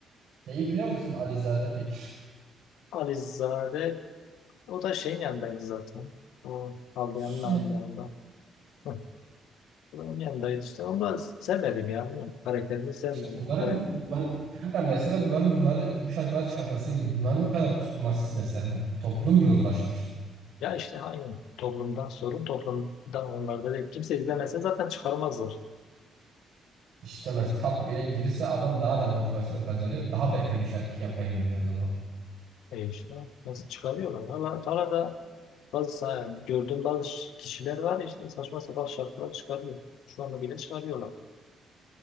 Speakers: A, on the right (about 70°); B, on the left (about 85°).
A: Şeyi biliyor musun Alizade peki?
B: Alizade o da şeyin yanındaydı zaten. O Havliyan'ın
A: <laughs>
B: yanında. Hı. Onun yanındaydı işte. Onu da sevmedim ya. Karakterini sevmedim.
A: Bunların
B: Karakter-
A: bunlar, kanka mesela bunların bunları bu şarkıları çıkartması Bunların bu kadar tutması mesela. Toplum yozlaşmış.
B: Ya işte aynı toplumdan sorun toplumdan onlar da değil. Kimse izlemese zaten çıkarmazlar.
A: İşte mesela top 1'e girirse adam daha da motivasyon kazanıyor. Daha beter bir şarkı yapayım diyor o zaman.
B: E işte nasıl çıkarıyorlar? Hala, hala da Bazı sa- gördüğüm bazı ş- kişiler var ya işte saçma sapan şarkılar çıkarıyor. Şu anda bile çıkarıyorlar.